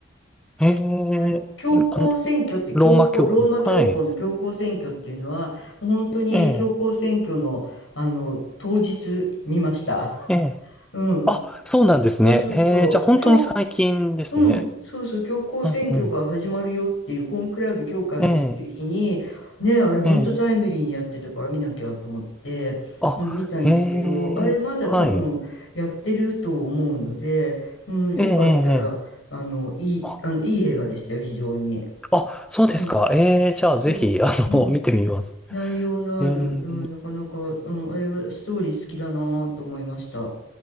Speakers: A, in the centre; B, on the left.
A: ええ、
B: あの教皇選挙って教皇ローマ教皇の教皇選挙っていうのはもう本当に教皇選挙の、
A: あのローマ教皇の。はい。ええ、
B: あの当日見ました。
A: ええ。
B: <laughs> うん、
A: あ、そうなんですね。
B: そうそうそう教、
A: ええ、じゃあ本当に最近ですね。
B: うん、そうそう教皇選挙が始まるよっていうコンクラベ教化ですっていう日にねあれ本当タイムリーにやってたから見なきゃと思って、
A: うん、うん。ええ、ええ。あ、
B: うん、見たんですけどあれまだ多分やってると思うので、
A: ええ、はい。
B: うん、よかったらあのいい、
A: ええ、ええ。あ、
B: あのいい映画でしたよ非常に。
A: あそうですか。
B: うん
A: ええ、じゃあぜひ、
B: そう、
A: あの、
B: うん、
A: <laughs> 見てみます。
B: 内容のある、
A: ええ、
B: うん、なかなか、うん、あれはストーリー好きだなと思いました。